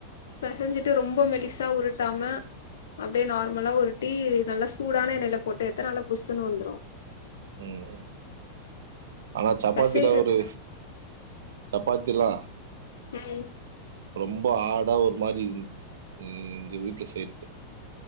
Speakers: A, on the left (about 65°); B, on the right (about 60°).
A: பெசஞ்சிட்டு ரொம்ப மெலிசா உருட்டாம அப்டியே நார்மலா உருட்டி நல்லா சூடான எண்ணையில போட்டு எத்த நல்லா புஸ்ஸுன்னு வந்துரு
B: ம் ம் ஆனா சப்பாத்திலா
A: பெசைறதுதா
B: ஒரு சப் பாத்திலா
A: ம்
B: ரொம்ப ஆடா ஒரு மாரி இந் இங்க வீட்ல செய்றது